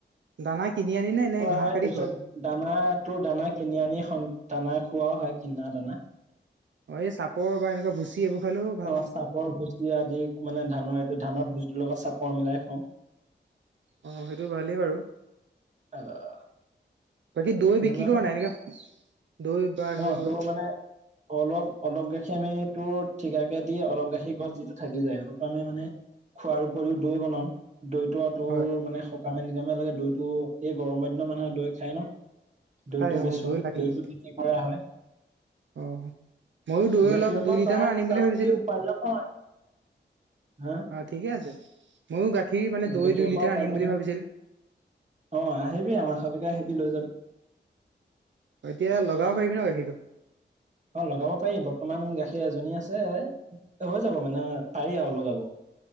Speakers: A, on the right; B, on the right.
A: দানা কিনি আনি নে নে ঘাঁহ
B: হয়
A: কাটি
B: তাৰপিছত
A: খো
B: দানা তোৰ দানা কিনি আনি দানা খোৱা হয় কিনা দানা।
A: অ', এই চাপৰ বা এনেকুৱা ভুচি এইবোৰ খালেও ভাল
B: অ', চাপৰ ভুচি আদি মানে ধানৰ এইটো ধানৰ ভুচিটোৰ লগত চাপৰ মিলাই খোৱাও।
A: অ', সেইটো ভালেই বাৰু।
B: আহ,
A: বাকী দৈ
B: তেনেকুৱা
A: বিকি ক'ৰ
B: ধৰণৰ
A: নাই এনেকে দৈ? বা এনেকুৱা
B: অ',
A: কিবা
B: তোৰ মানে অলপ অলপ গাখীৰ আমি তোৰ ঠিকাকে দি অলপ গাখীৰ ঘৰত যিটো থাকি যায় সেইটো আমি মানে খোৱাৰ উপৰিও দৈ বনাওঁ দৈটো তোৰ
A: হয়
B: মানে সকামে নিকামে লাগে দৈটো এই গৰমৰ দিনত মানুহে দৈ খায় ন'।
A: খাই
B: দৈটো
A: অ
B: বেচো
A: দৈ লাগেই।
B: দৈটো বিক্ৰী কৰা হয়।
A: অ ময়ো দৈ
B: গাখীৰৰ
A: অলপ দুই
B: পৰা
A: লিটাৰ
B: প্ৰায়
A: মান আনিম
B: মোটামুটি
A: বুলি ভাবিছিলো
B: উপাৰ্জন হয়। হাঁ।
A: অ ঠিকে আছে ময়ো গাখীৰ মানে দৈ
B: গাখীৰৰ
A: দুই লিটাৰ
B: পৰা উপাৰ্জন
A: আনিম বুলি
B: হয়
A: ভাবিছিলোঁ।
B: অ', আহিবি আমাৰ <unintelligible> আহিবি লৈ যাবি।
A: এতিয়া লগাব পাৰিবি ন' গাখীৰটো?
B: অ', লগাব পাৰি বৰ্তমান গাখীৰ এজনী আছে হৈ যাব মানে পাৰি আৰু লগাব।